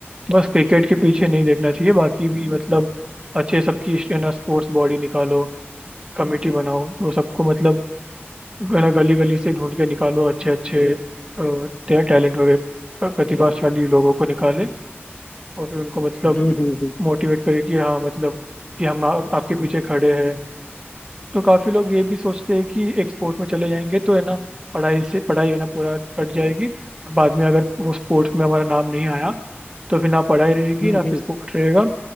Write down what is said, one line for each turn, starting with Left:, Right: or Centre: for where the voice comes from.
Right: बस क्रिकेट के पीछे नहीं देखना चाहिए बाकी भी मतलब अच्छे सबकी है ना स्पोर्ट्स बॉडी निकालो कमेटी बनाओ तो सबको मतलब है ना गली गली से ढूंढ के निकालो अच्छे अच्छे टैलेंट वगैरह प- प्रतिभाशाली लोगों को निकाले और फिर उनको मतलब
Left: हुँ, हुँ, हुँ।
Right: मोटिवेट करे कि हाँ मतलब कि हम आप, आपके पीछे खड़े हैं तो काफी लोग ये भी सोचते हैं कि एक्सपोर्ट में चले जाएंगे तो है ना पढ़ाई से पढ़ाई है ना पूरा कट जाएगी और बाद में अगर वो स्पोर्ट्स में हमारा नाम नहीं आया तो फिर ना पढ़ाई रहेगी
Left: हुँ,
Right: ना फिर
Left: हुँ,
Right: स्पोर्ट रहेगा